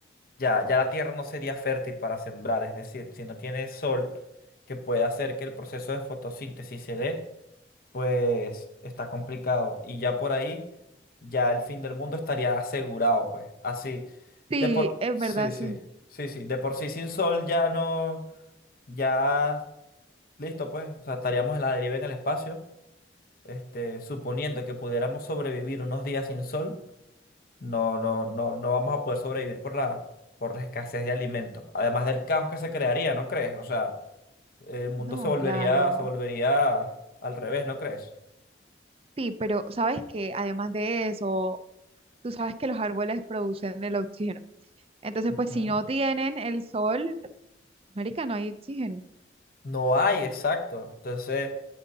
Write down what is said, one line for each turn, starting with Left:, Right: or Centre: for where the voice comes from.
Left: ya, ya la tierra no sería fértil para sembrar. Es decir, si no tiene sol que pueda hacer que el proceso de fotosíntesis se dé, pues está complicado. Y ya por ahí, ya el fin del mundo estaría asegurado, pues. Así,
Right: sí,
Left: de por...
Right: es
Left: Sí,
Right: verdad,
Left: sí,
Right: sí.
Left: sí, sí. De por sí sin sol ya no... Ya listo, pues. O sea, estaríamos en la deriva en el espacio. Este, suponiendo que pudiéramos sobrevivir unos días sin sol, no, no, no, no vamos a poder sobrevivir por la, por la escasez de alimentos. Además del caos que se crearía, ¿no crees? O sea, el mundo
Right: No,
Left: se volvería,
Right: claro.
Left: se volvería al revés, ¿no crees?
Right: Sí, pero sabes que además de eso, tú sabes que los árboles producen el oxígeno. Entonces,
Left: Ujú.
Right: pues si no tienen el sol, marica, no hay oxígeno.
Left: No hay, exacto. Entonces,